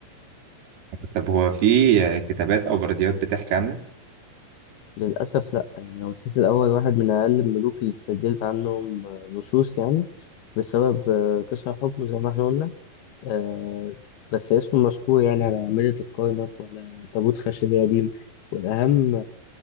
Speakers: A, on the right; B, on the left.
A: طب هو في كتابات أو برديات بتحكي عنه؟
B: للأسف لأ يعني رمسيس الأول واحد من أقل الملوك اللي اتسجلت عنهم آه، نصوص يعني بسبب آه، قشع حكمه زي ما احنا قلنا آه، بس اسمه مذكور يعني على أعمدة الكرنك وعلى تابوت خشبي قديم والأهم